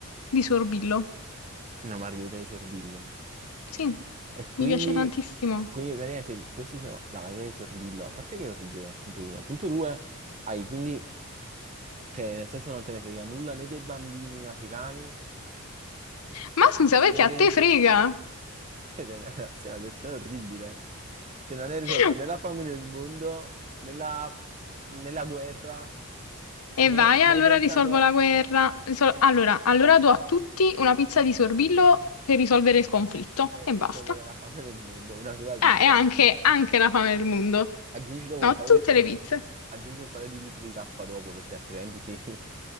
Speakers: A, on the left; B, on the right.
A: di Sorbillo.
B: Una margherita di Sorbillo.
A: Sì,
B: E quindi,
A: mi piace tantissimo.
B: quindi praticamente questi sono la margherita di Sorbillo. A parte che è orribile, punto uno. Punto due, hai quindi, cioè nel senso non te ne frega nulla né dei bambini africani,
A: Ma scusa, perché
B: né
A: a
B: dei...
A: te
B: <laughs>
A: frega?
B: Cioè, sei una persona orribile. Cioè, non è risolto
A: <laughs>
B: né la fame nel mondo, né la, né la guerra,
A: E
B: né,
A: vai,
B: né
A: allora
B: hai pensato
A: risolvo la guerra. Risol-
B: né-
A: allora, allora do a tutti una pizza di sorbillo per risolvere il conflitto
B: eh,
A: e
B: per
A: basta.
B: risolvere la fame nel mondo, una sola pizza.
A: Ah, e anche, anche la fame del mondo.
B: Aggiungi dopo
A: No,
B: un paio
A: tutte
B: di, un-
A: le pizze.
B: aggiungi un paio di litri d'acqua dopo, perché altrimenti sì. <laughs>